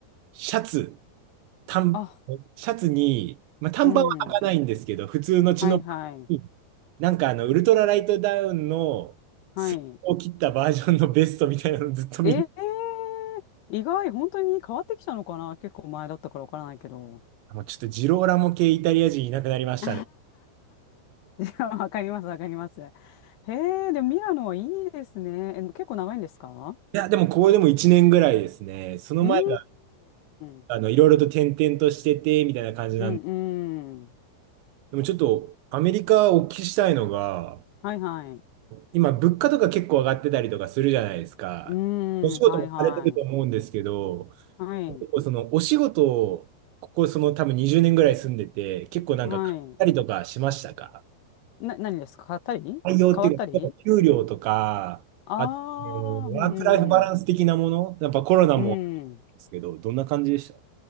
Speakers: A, on the right; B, on the left.
A: シャツ、短、
B: あ、
A: シャツに、まあ、短パンは履かないんですけど、
B: うん。
A: 普通のチノパンに、
B: はいはい。
A: なんかあの、ウルトラライトダウンのスリーを切ったバージョンのベストみたいなの
B: はい。
A: <laughs> ずっと見る。
B: えー、意外、本当に変わってきたのかな結構前だったからわからないけど。
A: もうちょっとジローラモ系イタリア人いなくなりましたね。
B: <laughs> じゃあ、わかります、わかります。へえ、でもミラノはいいですね。え、結構長いんですか
A: いや、でもこれでも1年ぐらいですね。その前が、
B: うーん。
A: あの、いろいろと転々としてて、みたいな感じなんで
B: うんうん。
A: でもちょっとアメリカお聞きしたいのが、
B: はいはい。
A: 今物価とか結構上がってたりとかするじゃないですか。
B: うー
A: お仕事もされてると思うんですけど、
B: ん、はいはい。はい。
A: 結構そのお仕事をここその多分20年ぐらい住んでて、結構なんか買ったりとかしましたか
B: はい。な、何ですか買ったり変わったり
A: 採用っていうか、やっぱ給料とか、
B: ああー、
A: あと、えーワークライフバランス的なもの、
B: うんうん。
A: やっぱコロナも
B: うん。
A: ですけど、どんな感じでした